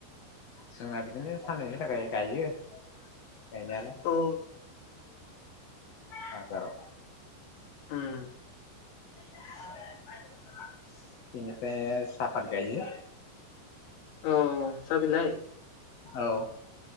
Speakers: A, on the left; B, on the left.
A: जोंना बिदिनो फाननायनि थाखाय गायो। गायनायालाय
B: औ
A: बाजाराव
B: उम।
A: <unintelligible> बेनिफाय साफाद गायो।
B: अ सा बिलाय
A: औ। <unintelligible>